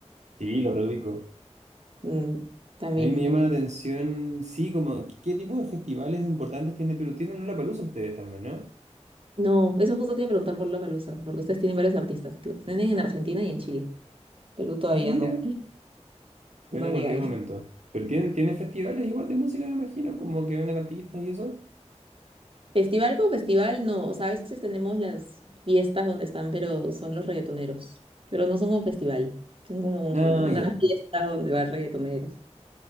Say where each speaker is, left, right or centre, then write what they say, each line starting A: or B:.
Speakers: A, on the right; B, on the right.
A: Sí, lo reubico.
B: Mm, también
A: A mí me llama
B: va a venir.
A: la atención, sí, como, ¿qué, qué tipo de festivales importantes tiene Perú? Tienen Lollapalooza ustedes también, ¿no?
B: No, eso justo te iba a preguntar por palusa porque ustedes tienen varios artistas. Lo tienen en Argentina y en Chile. Perú todavía
A: Ah, mira.
B: no. <laughs>
A: Bueno,
B: No
A: en
B: llega
A: cualquier momento. Pero tienen, tienen festivales igual de música, me imagino, como que vengan artistas y eso.
B: Festival como festival, no. O sea, a veces tenemos las fiestas donde están, pero son los reggaetoneros. Pero no son como festival. Son como
A: Ah,
B: un-
A: ya.
B: una fiesta donde van reggaetoneros.